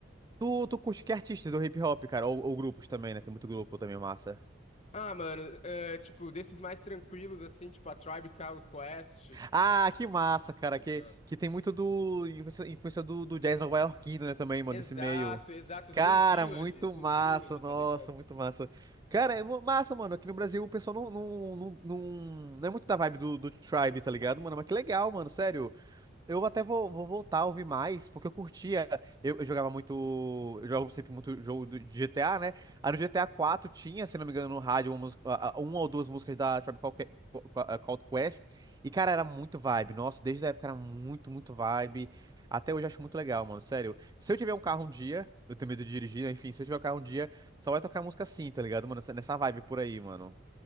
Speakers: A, on the right; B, on the left.
A: Tu, tu curte que artista do hip hop, cara? Ou, ou grupos também, né? Tem muito grupo também, massa.
B: Ah, mano, é, tipo, desses mais tranquilos assim, tipo a Tribe Called Quest,
A: Ah, que massa, cara.
B: tá
A: Que,
B: ligado?
A: que tem muito do. Influência, influência do, do jazz nova-iorquino, né? Também, mano,
B: Exato,
A: desse meio.
B: exato,
A: Cara,
B: Slum Village,
A: muito
B: Slum
A: massa.
B: Village,
A: Nossa,
B: tá ligado?
A: muito massa. Cara, é mu- massa, mano. Aqui no Brasil o pessoal não, não, não, não, não é muito da vibe do, do Tribe, tá ligado, mano? Mas que legal, mano. Sério. Eu até vou, vou voltar a ouvir mais, porque eu curtia. Eu, eu jogava muito. Eu jogo sempre muito jogo do- de GTA, né? Aí no GTA quatro tinha, se não me engano, no rádio, uma, música- a- a- uma ou duas músicas da Tribe Called Que- Co- Co- eh, Called Quest. E, cara, era muito vibe. Nossa, desde a época era muito, muito vibe. Até hoje eu acho muito legal, mano. Sério. Se eu tiver um carro um dia, eu tenho medo de dirigir, né? enfim, se eu tiver um carro um dia, só vai tocar música assim, tá ligado, mano? Nessa nessa vibe por aí, mano.